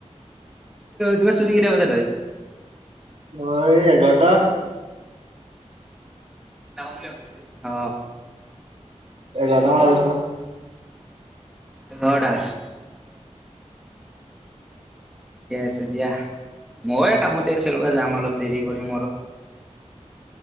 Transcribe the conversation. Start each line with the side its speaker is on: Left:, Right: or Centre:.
Centre: তোমাৰ ছুটি কেইটা বজাত হয়?
Right: মোৰ এই এঘাৰটা
Centre: <unintelligible> আ
Right: এঘাৰটামান বাজব
Centre: এঘৰাটা <unintelligible> ঠিকে আছে দিয়া মই কামতে আহিছো ৰবা যাম অলপ দেৰি কৰিম।